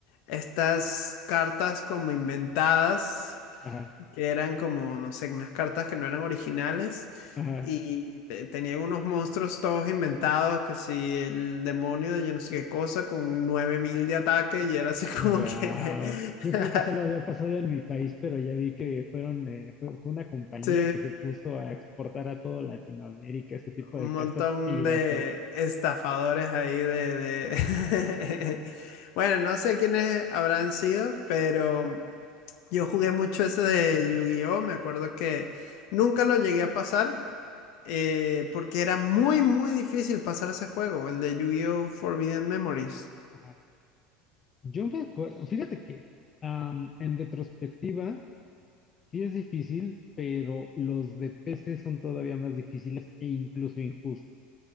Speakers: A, on the left; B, on the left.
A: estas cartas como inventadas,
B: ajá,
A: que eran como, no sé, unas cartas que no eran originales.
B: ajá,
A: Y te- tenían unos monstruos todos inventados, que si el demonio de yo no sé qué cosa, con 9000 de ataque, y era así como
B: wow.
A: que...
B: Yo
A: <laughs>
B: creo que solo había pasado en mi país, pero ya vi que fueron, eh, fue, fue una compañía
A: Sí,
B: que se puso a exportar a todo Latinoamérica este tipo
A: un
B: de cartas
A: montón
B: piratas.
A: de estafadores ahí de... de... <laughs> Bueno, no sé quiénes habrán sido, pero yo jugué mucho ese de Yu-Gi-Oh! Me acuerdo que nunca lo llegué a pasar, eh, porque era muy, muy difícil pasar ese juego, el de Yu-Gi-Oh! Forbidden Memories.
B: Ajá. Yo me acuerdo, fíjate que, am, en retrospectiva, Sí es difícil, pero los de PC son todavía más difíciles e incluso injustos.